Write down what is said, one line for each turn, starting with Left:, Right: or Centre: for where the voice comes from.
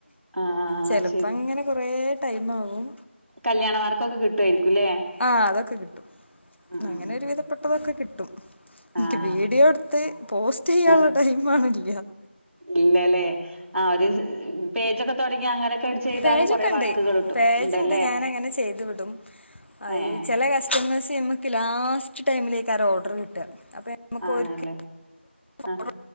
Right: ആഹ് ആഹ്
Left: ചെലപ്പോ
Right: അത്
Left: അങ്ങനെ കുറ ടൈമാവും
Right: കല്യാണമാർക്കൊക്കെ കിട്ടുമായിായിരിക്കുംല്ലേ
Left: ആ അതൊക്കെ കിട്ടും
Right: ഉം
Left: അങ്ങനെ
Right: ഉം
Left: ഒരു വിധപ്പെട്ടതൊക്കെ കിട്ടും എനിക്ക്
Right: ആഹ്
Left: വീഡിയോ എടുത്ത് പോസ്റ്റ് ചെയ്യാനുള്ള
Right: ആഹ്
Left: ടൈം ആണല്ല
Right: ഇല്ലല്ലേ ആ ഒരു പേജൊക്കെ തുടങ്ങി അങ്ങനെയൊക്കെ ചെയ്താലും
Left: പേജൊക്കെ
Right: കൊറെ
Left: ഉണ്ട്
Right: വർക്കുകൾ കിട്ടും
Left: പേജുണ്ട്
Right: ഉണ്ടല്ലേ
Left: ഞാന അങ്ങനെ ചെയ്തു വിടും അ
Right: ഏ ഏ
Left: ചില കസ്റ്റമേഴ്സ് നമക്ക് ലാസ്റ്റ് ടൈമിലേക്കെരോർഡർ കിട്ടുക അപ്പോൾ നമുക്ക്
Right: ആണല്ലേ
Left: അവർക്ക്
Right: ആഹ
Left: ഓർഡർ